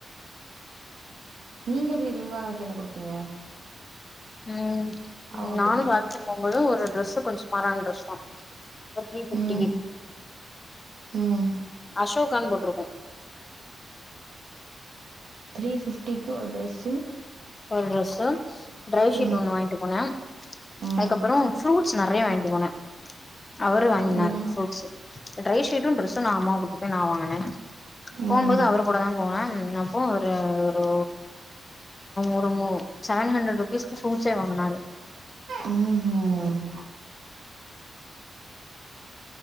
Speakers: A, on the right; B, on the left.
A: நீங்க ரில்வானாக்கு என்ன குடுத்தீங்க
B: உம்
A: அவங்க
B: நானு
A: பேபிக்கு
B: சாதிக்கு போம்போது ஒரு டிரரெஸு கொஞ்ச சுமாறான டிரெஸ் தா ஒரு த்ரீ ஃபிப்டிக்கு
A: ம் ம்
B: அசோகான்னு போட்ருக்கு
A: த்ரீ ஃபிப்டிக்கு ஒரு ட்ரெஸு
B: ஒரு ட்ரெஸ்சு ட்ரை ஷீட்
A: ம்
B: ஒன்னு வாங்கிட்டு போன
A: ம்
B: அதுக்கப்புற ஃப்ரூட்ஸ் நறைய வாங்கிட்டு போன அவரு வாங்கினாரு
A: ம்
B: ஃப்ரூட்ஸு ட்ரை ஷீட்டு ட்ரெஸ்ஸு நா அம்மாவ கூட்டு போய் நா வாங்குன போம்போது
A: ம்
B: அவரு கூட தா போன அப்போ ஒரு ஒரு ஒருமோ செவன் ஹண்ட்ரட் ருபீஸ்க்கு ஃப்ரூட்ஸே வாங்குனாரு
A: உம் உம்